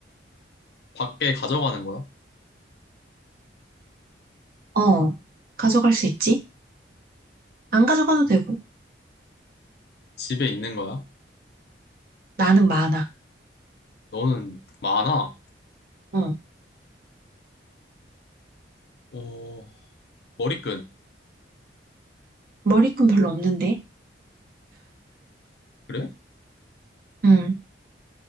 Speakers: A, on the left (about 60°); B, on the right (about 50°).
A: 밖에 가져가는 거야?
B: 어, 가져갈 수 있지? 안 가져가도 되고.
A: 집에 있는 거야?
B: 나는 많아.
A: 너는 많아?
B: 어.
A: 어, 머리끈.
B: 머리끈 별로 없는데.
A: 그래?
B: 응.